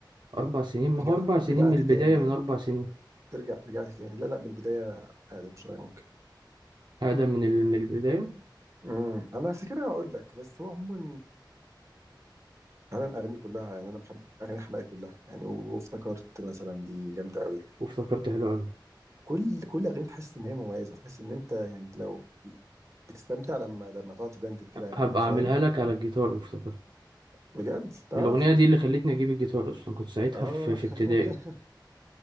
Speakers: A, on the right (about 70°); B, on the right (about 40°).
A: أربع سنين ما
B: رجع
A: هو أربع سنين
B: رجعت
A: من البداية
B: تاني
A: من أربع سنين
B: ترجع رجعت تاني لا لا من البدايه اقدم شويه ممكن
A: هذا من ال- من البداية
B: امم انا هفتكرها واقول لك بس هو عموما آه، انا اغانيه كلها يعني انا بحب اغاني حماقي كلها يعني و- وافتكرت مثلا دي جامده قوي
A: وافتكرت حلو أوي
B: كل كل اغنيه تحس ان هي مميزه تحس ان انت يعني لو بتستمتع لما لما تقعد تدندن كده اغانيه
A: هبقى
B: فاهم
A: أعملها لك على الجيتار وافتكرت
B: بجد تعرف
A: الأغنية دي اللي خلتني أجيب الجيتار أصلا كنت ساعتها
B: اه
A: في في ابتدائي
B: <laughs>